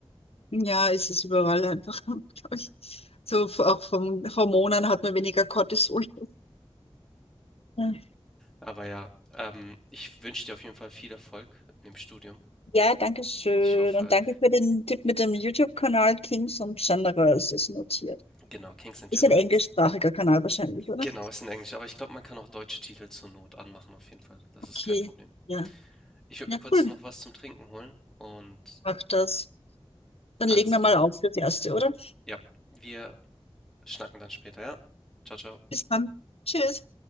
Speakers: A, on the left; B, in the centre.
A: ja ist es überall einfach, <laughs> glaub ich. So f- auch von Hormonen hat man weniger Cortisol. Ja,
B: Aber ja, ähm, ich wünsche dir auf jeden Fall viel Erfolg in dem Studium.
A: Ja, danke schön.
B: Ich hoffe,
A: Und danke für den Tipp mit dem YouTube-Kanal Kings und Generals ist notiert.
B: genau, Kings and
A: Ist
B: Generals.
A: ein englischsprachiger Kanal wahrscheinlich, oder?
B: Genau, ist in Englisch, aber ich glaube, man kann auch deutsche Titel zur Not anmachen, auf jeden Fall. Das
A: Okay,
B: ist kein Problem.
A: ja.
B: Ich würde
A: Ja,
B: mir kurz
A: cool.
B: noch was zum Trinken holen und
A: Mach das. Dann
B: alles
A: legen wir
B: klar.
A: mal auf fürs Erste, oder?
B: Ja, wir schnacken dann später, ja? Ciao, ciao.
A: Bis dann. Tschüss.